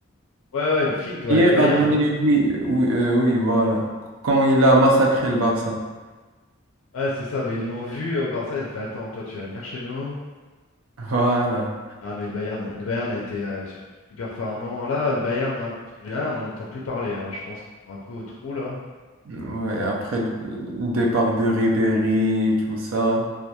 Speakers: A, on the left; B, on the right.
A: Ouais, ouais, le Flink, ouais,
B: Hier
A: le Bayern.
B: a donné, oui, oui, euh, oui, voilà, quand il a massacré le Barça.
A: Ouais, c'est ça. Bah, ils l'ont vu au Barça. Ils ont fait, attends, toi, tu vas venir chez nous.
B: <laughs> Voilà.
A: Ah, mais le Bayern, le Bayern a été euh, su- super fort à un moment. Là, le Bayern, un p- là, on n'en entend plus parler. hein. Je pense qu'ils sont un peu au trou, là.
B: Ouais, après le le départ de Ribéry, tout ça.